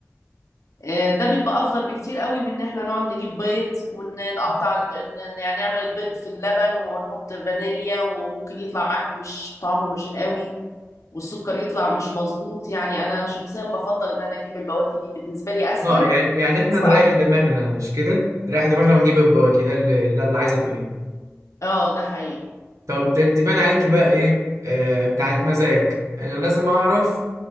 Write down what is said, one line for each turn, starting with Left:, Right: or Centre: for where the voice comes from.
Left: آه، ده بيبقى افضل بكتير قوي من ان احنا نقعد نجيب بيض ونقطع ال- إن- إن يعني نعمل البيض في اللبن ونحط فانيليا وممكن يطلع معاك مش طعمه مش قوي والسكر يطلع مش مظبوط يعني انا شخصيا بفضل ان انا اجيب البواكي دي بالنسبه لي اسهل
Right: اه يعني يعني احنا
Left: تبقى
Right: نريح
Left: احلى
Right: دماغنا مش كده نريح دماغنا ونجيب البواكي ده اللي, ده اللي عايزه تقوليه
Left: اه ده حقيقي
Right: طب ده انت بان عليكي بقى ايه آه بتاعت مزاج انا لازم اعرف